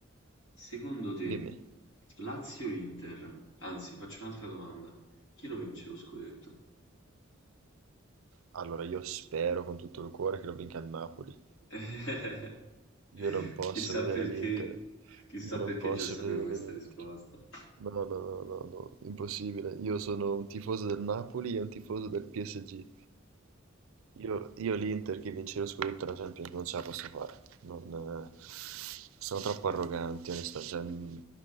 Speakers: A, on the left; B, on the right.
A: secondo te
B: dimmi,
A: Lazio-Inter, anzi, faccio un'altra domanda, chi lo vince lo scudetto?
B: allora io spero con tutto il cuore che lo vinca il Napoli.
A: <laughs>
B: Io non posso
A: Chissà
B: vedere
A: perché,
B: l'Inter,
A: chissà
B: io non
A: perché
B: posso
A: già sapevo
B: vedere
A: questa
B: l'Inter.
A: risposta.
B: No, no, no, no, no, impossibile. Io sono un tifoso del Napoli e un tifoso del PSG. Io, io l'Inter che vince lo scudetto alla Champions non ce la posso fare. Non, eh, sono troppo arroganti, onestamente. Cioè, mh,